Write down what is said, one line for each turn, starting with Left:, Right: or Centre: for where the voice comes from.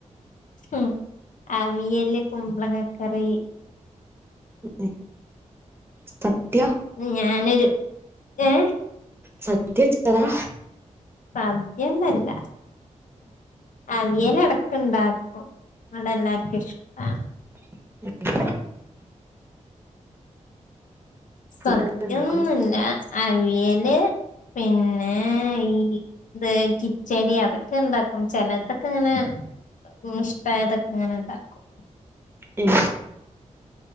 Left: ഉം അവിയല് കുമ്പളങ്ങാക്കറി
Right: <unintelligible> സദ്യ
Left: ഞാനൊരു ഏ
Right: സദ്യ വെച്ചതാ
Left: സദ്യാന്നല്ല അവിയലടക്കം ഉണ്ടാക്കും ഇവടെ എല്ലാർക്കും ഇഷ്ടാണ്
Right: <unintelligible>
Left: സത്യൊന്നൊല്ലൃ
Right: ഫുഡൊക്കെ ഉണ്ടാക്കും
Left: അവിയല് പിന്നെ ഈ ഇത് കിച്ചടി അതൊക്കെ ഇണ്ടാക്കും ചിലതൊക്കെ ഇങ്ങനെ ഉ ഇഷ്ടായതൊക്കെ ഇങ്ങനെ ഒണ്ടാക്കും
Right: ഉം.